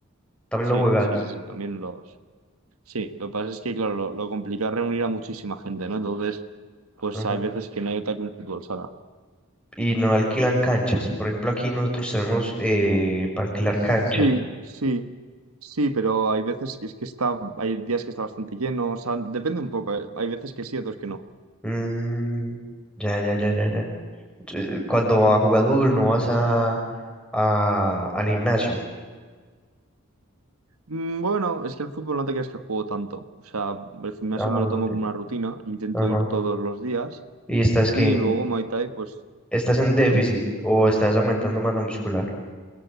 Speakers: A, in the centre; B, on the right (about 85°).
A: también
B: sí,
A: lo juegas.
B: sí, sí, sí, también los... Sí, lo que pasa es que, claro, lo, lo complicado es reunir a muchísima gente, ¿no? Entonces, pues
A: Ujú.
B: hay veces que no hay otra que un fútbol sala.
A: Y no alquilan canchas. Por ejemplo, aquí nosotros tenemos eh, para alquilar
B: Sí,
A: canchas.
B: sí, sí, pero hay veces que es que está, hay días que está bastante lleno, o sea, depende un poco, ¿eh? Hay veces que sí, otros que no.
A: Mm, ya, ya, ya, ya, ya. Eh, Cuando a jugar fútbol no vas a, a- al gimnasio.
B: Mm, Bueno, es que el fútbol no te creas que juego tanto. O sea, el gimnasio
A: Ah,
B: me lo
A: ok.
B: tomo como una rutina, intento
A: Ajá.
B: ir todos los días
A: Y estás que
B: y
A: en-
B: luego Muay Thai, pues...
A: estás en
B: ¿Mm?
A: déficit o estás aumentando masa muscular.